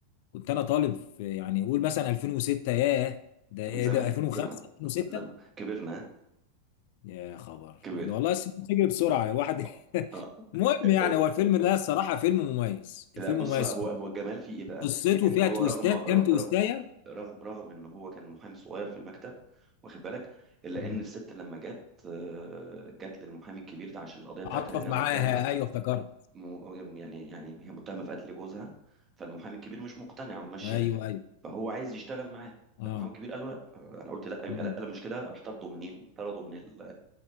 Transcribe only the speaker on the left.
كنت انا طالب في يعني قول مثلا 2006 ياه ده ايه
ده 2005
2006
يا خبر
والله السنين بتجري بسرعه الواحد
<laughs>
المهم يعني
هو الفيلم ده الصراحه فيلم مميز الفيلم
مميز
قصته
فيها
تويستات
كام تويستايه
مم.
عاطف
معاها
ايوه افتكرت
ايوه ايوه
اه
مم.